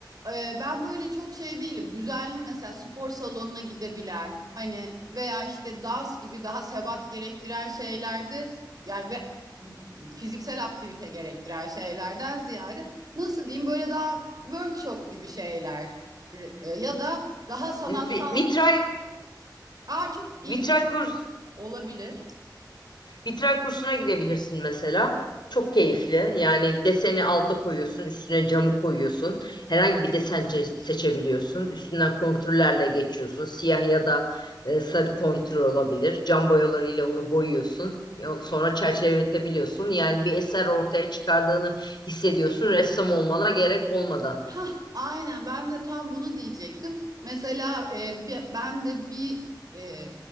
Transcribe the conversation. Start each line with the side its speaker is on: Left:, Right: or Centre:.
Right: e, ben böyle çok şey değilim. Düzenli mesela spor salonuna gidebilen hani veya işte dans gibi daha sebat gerektiren şeylerde yani ve fiziksel aktivite gerektiren şeylerden ziyade nasıl diyeyim böyle daha workshop gibi şeyler e, ya da daha sanatsal.
Left: Vi- Vitray
Right: Aa çok ilginç
Left: vitray kurs
Right: olabilir.
Left: vitray kursuna gidebilirsin mesela. Çok keyifli. Yani deseni alta koyuyorsun, üstüne camı koyuyorsun. Herhangi bir desen çe- seçebiliyorsun. Üstünden kontürlerle geçiyorsun. Siyah ya da e, sarı kontür olabilir. Cam boyalarıyla onu boyuyorsun. Ya- Sonra çerçeveletebiliyorsun. Yani bir eser ortaya çıkardığını hissediyorsun ressam olmana gerek olmadan.
Right: Hah, aynen ben de tam bunu diyecektim. Mesela e, bi- ben de bir e,